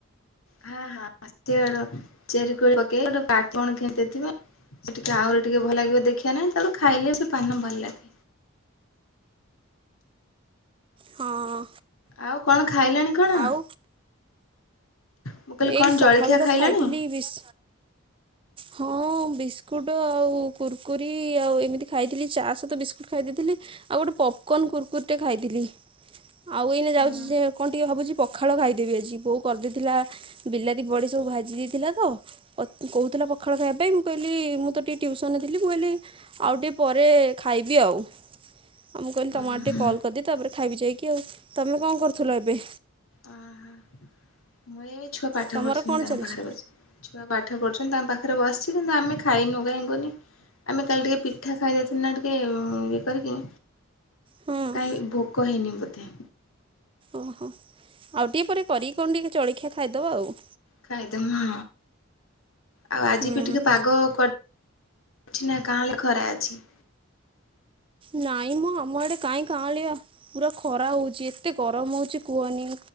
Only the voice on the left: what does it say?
ହଁ ହଁ ସି ଗୋ ଚେରି କୋଳି ପକେଇ ଗୋଟେ କାଠ କଣ ଖେଞ୍ଚିଦେଇଥିବେ। ସେ ଟିକେ ଆହୁରି ଟିକେ ଭଲ ଲାଗିବ ଦେଖିବା ନାଇଁ ତାକୁ ଖାଇଲେ ବି ପାନ ଭଲ ଲାଗେ।
ଆଉ କଣ ଖାଇଲେଣି କଣ?
ମୁଁ କହିଲି
କଣ
ଜଳଖିଆ
ଖାଇଲାଣି?
ଉଁ
ହୁଁ
ଆହା ମୁଇ ଏଇ ଛୁଆ ପାଠ
ପଢୁଚନ୍ତି
ତାଙ୍କ
ପାଖରେ ବସି। ଛୁଆ ପାଠ ପଢୁଛନ୍ତି ତାଙ୍କ ପାଖରେ ବସିଛି କିନ୍ତୁ, ଆମେ ଖାଇନୁ କାହିଁ କୁୁହନି? ଆମେ କାଲି ଟିକେ ପିଠା ଖାଇ ଦେଇଥିନେନା ଟିକେ ଇଏ କରିକି।
କାହିଁ ଭୋକ ହେଇନି ବୋଧେ?
ଖାଇଦମୁ ଆଉ ଆଜି
ବି ଟିକେ ପାଗ କୁଆ ଅଛି ନା କାଁଲେ ଖରା ଅଛି।